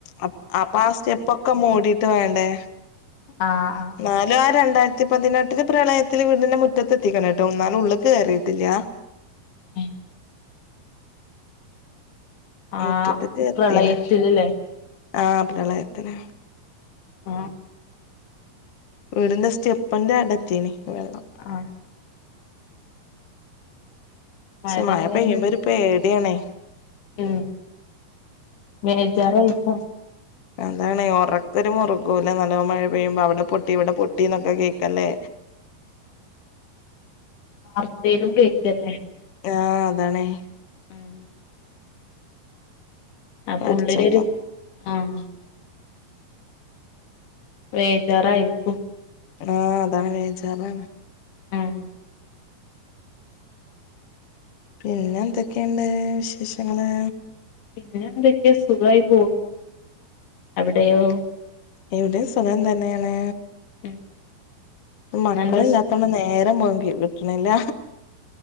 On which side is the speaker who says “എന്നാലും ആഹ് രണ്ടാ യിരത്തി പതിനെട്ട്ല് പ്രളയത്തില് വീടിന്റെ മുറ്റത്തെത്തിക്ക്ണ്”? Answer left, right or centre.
Left